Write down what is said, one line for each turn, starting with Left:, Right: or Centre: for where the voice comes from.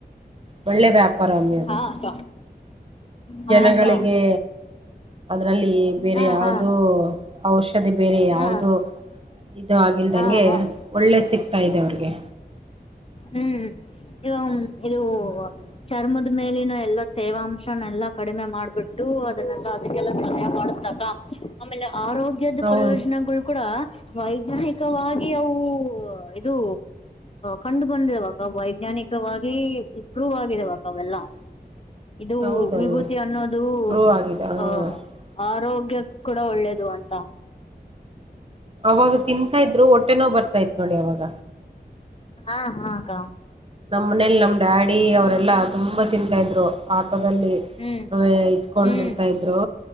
Right: ಒಳ್ಳೆ ವ್ಯಾಪಾರ ಅದು.
Left: ಹಾ ಅಕ್ಕ ಹಾ
Right: ಜನಗಳಿಗೆ.
Left: ಅಕ್ಕ
Right: ಅದ್ರಲ್ಲಿ ಬೇರೆ
Left: ಹಾ
Right: ಯಾವ್ದೋ
Left: ಹಾ
Right: ಔಷಧಿ ಬೇರೆ ಯಾವ್ದೋ.
Left: ಹಾ
Right: ಇದು ಆಗಿಲ್ದಂಗೆ
Left: ಹಾ ಹಾ
Right: ಒಳ್ಳೆ ಸಿಗ್ತಾ ಇದೆ ಅವ್ರಿಗೆ.
Left: ಹ್ಮ್ ಇವ ಇದು.
Right: ಹ್ಮ್
Left: ಚರ್ಮದ ಮೇಲಿನ ಎಲ್ಲಾ ತೇವಾಂಶನೆ ಎಲ್ಲಾ ಕಡಿಮೆ ಮಾಡ್ಬಿಟ್ಟು. ಅದನ್ನೆ ಅದಕ್ಕೆಲ್ಲ ಸಹಾಯ ಮಾಡತಕ ಆಮೇಲೆ ಆರೋಗ್ಯದ
Right: ಹೌದು
Left: ಪ್ರಯೋಜನಗಳು ಕೂಡ. ವೈಜ್ಞಾನಿಕವಾಗಿ ಅವು ಇದು. ಕಂಡು ಬಂದಿದಾವಕ್ಕ ವೈಜ್ಞಾನಿಕವಾಗಿ ಇಪ್ರೂವ್ ಆಗಿದಾವಕ್ಕ ಅವೆಲ್ಲ. ಇದು
Right: ಹೌದಮ್ಮಿ
Left: ವಿಭೂತಿ ಅನ್ನೋದು
Right: ಪ್ರೂವ್ ಆಗಿದೆ ಹ.
Left: ಅಹ. ಆರೋಗ್ಯ ಕೂಡ ಒಳ್ಳೇದು ಅಂತ.
Right: ಅವಾಗ ತಿನ್ಂತಾ ಇದ್ರು ಒಟ್ಟೆನೋ ಬರ್ತಾ ಇತ್ ನೋಡಿ ಅವಾಗ.
Left: ಹಾ ಹಾ ಅಕ್ಕಾ.
Right: ನಮ್ಮ್ ಮನೇಲಿ ನಮ್ ಡ್ಯಾಡಿ ಅವರೆಲ್ಲಾ ತುಂಬಾ ತಿಂತಾ ಇದ್ರು ಆಟೋದಲ್ಲಿ.
Left: ಹ್ಮ್.
Right: ಇಕೊಂಡಿರ್ತಾ
Left: ಹ್ಮ್
Right: ಇದ್ರು